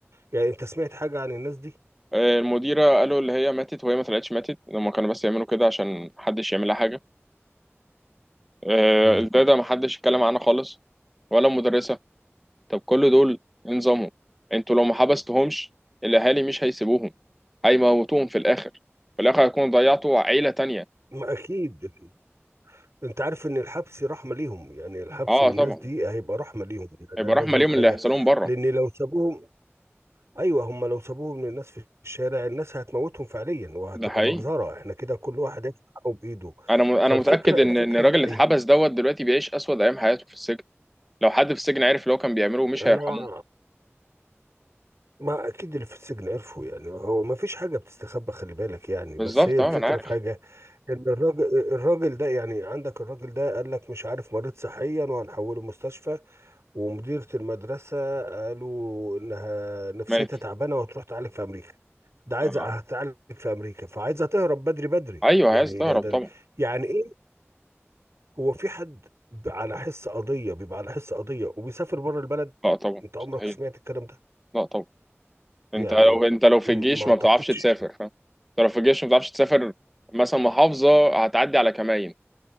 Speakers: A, on the right; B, in the centre.
A: يعني انت سمعت حاجة عن الناس دي
B: آه، المديره قالوا اللي هي ماتت وهي ما طلعتش ماتت هما كانوا بس يعملوا كده عشان محدش يعمل لها حاجه آه،
A: امم
B: الداده محدش اتكلم عنها خالص ولا المدرسه طب كل دول إيه نظامهم انتوا لو ما حبستهمش الاهالي مش هيسيبوهم هيموتوهم في الاخر في الاخر هيكونوا ضيعتوا عيله تانية
A: ما اكيد أكيد. انت عارف ان الحبس رحمة ليهم يعني الحبس
B: اه
A: للناس
B: طبعا
A: دي هيبقى رحمة ليهم يعني
B: هيبقى
A: انا
B: رحمه
A: عايز اقول
B: ليهم
A: لك حاجة
B: اللي هيحصل لهم بره
A: لان لو سابوهم ايوه هم لو سابوهم للناس في الشارع الناس هتموتهم فعليا وهتبقى
B: ده حقيقي
A: مجزرة احنا كده كل واحد هياخد حقه بايده
B: انا م... انا
A: فالفكرة
B: متاكد ان
A: الفكرة
B: ان الراجل
A: لا
B: اللي اتحبس دوت دلوقتي بيعيش اسود ايام حياته في السجن لو حد في السجن عرف اللي هو كان بيعمله مش
A: انا
B: هيرحموه
A: ما اكيد اللي في السجن عرفوا يعني هو ما فيش حاجه بتستخبى خلي بالك يعني
B: بالظبط
A: بس هي الفكره
B: اه ما انا عارف
A: في حاجه ان الراجل الراجل ده يعني عندك الراجل ده قال لك مش عارف مريض صحيا وهنحوله مستشفى ومديره المدرسه قالوا انها نفسيتها
B: مات
A: تعبانه وهتروح تعالج في امريكا ده عايزه
B: آه.
A: هتعالج في امريكا فعايزه تهرب بدري بدري
B: ايوه
A: يعني
B: عايز تهرب
A: ده ده, ده.
B: طبعا
A: يعني ايه هو في حد ب- على حس قضيه بيبقى على حس قضيه وبيسافر بره البلد
B: لا طبعا
A: انت عمرك
B: مستحيل
A: سمعت الكلام ده
B: لا طبعا
A: يعني
B: انت لو
A: ما
B: انت لو في
A: ما
B: الجيش
A: اعتقدش
B: ما بتعرفش تسافر فاهم انت لو في الجيش ما بتعرفش تسافر مثلا محافظه هتعدي على كمائن